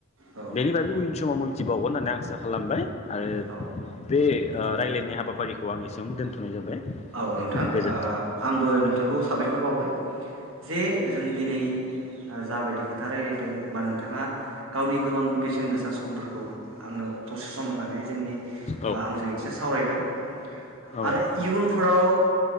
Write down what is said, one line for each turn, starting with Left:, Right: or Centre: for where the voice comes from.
Right: औ
Left: बेनि बागै उननि समाव मिथिबावगोन होननानै आं आसा खालामबाय। आरो
Right: औ
Left: बे ओ रायलायनाय हाबाफारिखौ आं ऐसेआवनो दोनथनाय जाबाय।
Right: औ नोंथां
Left: गोजोन्थों।
Right: ओ आंबो नोंथांखौ साबायखर बावबाय। जे जों दिनै जाबायदि खोथा राय्लायदों बा नोंथाङा गावनि गोबां बेसेन गोसा समफोरखौ आंनो दसे सम होननानै जोंनि
Left: औ
Right: ओ आंजों एसे सावराय <unintelligible>
Left: औ
Right: आरो इयुनफो उनफोराव